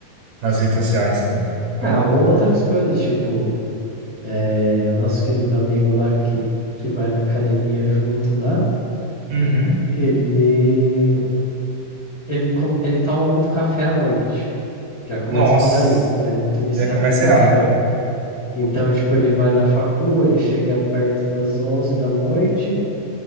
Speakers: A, on the right; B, on the left.
A: nas
B: sim.
A: redes sociais, sabe? Então,
B: Ah, outras coisas, tipo, é, nosso querido amigo lá que, que vai na academia junto lá,
A: uhum.
B: ele, ele, com- ele toma muito café à noite. Já começa
A: Nossa,
B: por aí. Ele é muito viciado
A: já começa
B: em café.
A: errado.
B: Então, tipo, ele vai na facu, ele chega perto das 11 da noite.